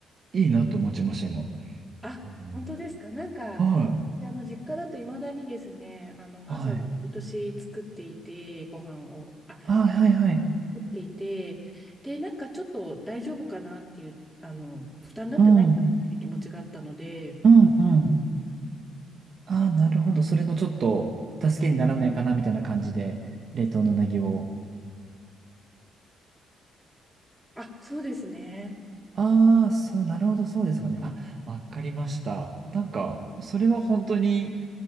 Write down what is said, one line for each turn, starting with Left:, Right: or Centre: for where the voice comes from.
Right: いいなと思っちゃいました、今。
Centre: あ、
Right: あの、
Centre: 本当ですか。なんか、
Right: はい。
Centre: あの、実家だと未だにですね、あの、母が毎年作っていて、
Right: はい。
Centre: ご飯を、あ、
Right: あ、はいはい。
Centre: 作っていて、で、なんかちょっと大丈夫かなっていう、あの、負担になってないかなっていう気持ちがあったので、
Right: うん。うんうん。あ、なるほど。それのちょっと、助けにならないかな、みたいな感じで、冷凍のうなぎを。
Centre: あ、そうですね。
Right: ああ、そう、なるほど、そうですかね。あ、わかりました。なんか、それは本当に、